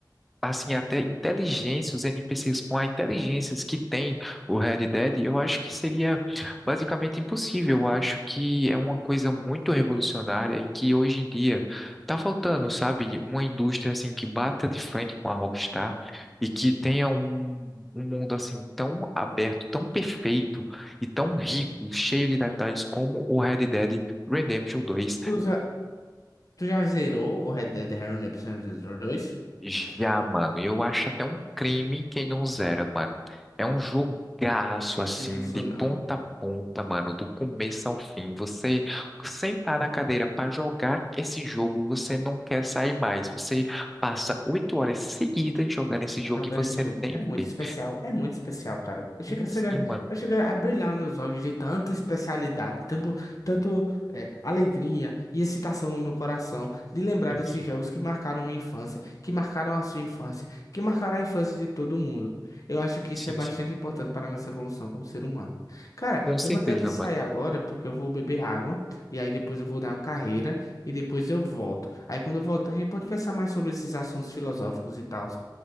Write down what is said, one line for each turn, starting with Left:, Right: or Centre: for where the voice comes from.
Centre: assim, até inteligência, os NPCs com a inteligência que tem o Red Dead, eu acho que seria basicamente impossível. Eu acho que é uma coisa muito revolucionária e que hoje em dia tá faltando, sabe? Uma indústria assim que bata de frente com a Rockstar e que tenha um, um mundo assim tão aberto, tão perfeito e tão rico, cheio de detalhes como o Red Dead Redemption 2
Left: Tu já, tu já zerou o Red Dead Redemption dois
Centre: Já, mano, E eu acho até um crime quem não zera, mano. É um jogaço, assim,
Left: Liga isso
Centre: de
Left: não.
Centre: ponta a ponta, mano, do começo ao fim. Você sentar na cadeira pra jogar esse jogo, você não quer sair mais. Você passa oito horas seguidas jogando esse jogo
Left: Jogando
Centre: e você
Left: esse jogo.
Centre: nem
Left: É muito
Centre: vê.
Left: especial, é muito especial, cara. Eu chego,
Centre: Sim,
Left: a ser-
Centre: sim, mano.
Left: eu chego a brilhar meus olhos de tanta especialidade, tanto, tanto é, alegria e excitação no meu coração de lembrar
Centre: Sim,
Left: desses
Centre: sim.
Left: jogos que marcaram minha infância, que marcaram a sua infância, que marcaram a infância de todo mundo. Eu acho que isso
Centre: Sim,
Left: é bastante
Centre: sim.
Left: importante para a nossa evolução como ser humano. Cara,
Centre: Com certeza,
Left: eu vou ter que sair
Centre: mano.
Left: agora porque eu vou beber água e aí depois eu vou dar uma carreira e depois eu volto. Aí quando eu voltar, a gente pode pensar mais sobre esses assuntos filosóficos e tal.